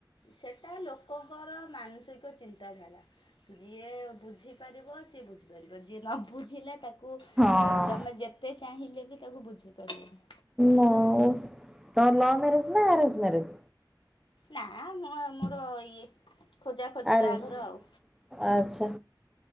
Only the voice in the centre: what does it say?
ହଁ।
ତର ଲଭ ମ୍ୟାରେଜ ନା ଆରେଞ୍ଜ ମ୍ୟାରେଜ?
ଆରେଞ୍ଜ
ଆଚ୍ଛା